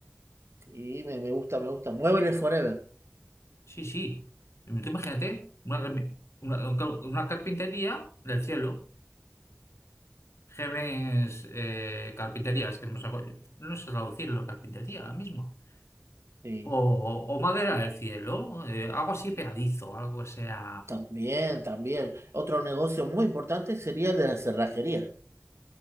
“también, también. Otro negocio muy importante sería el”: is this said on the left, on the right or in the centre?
Right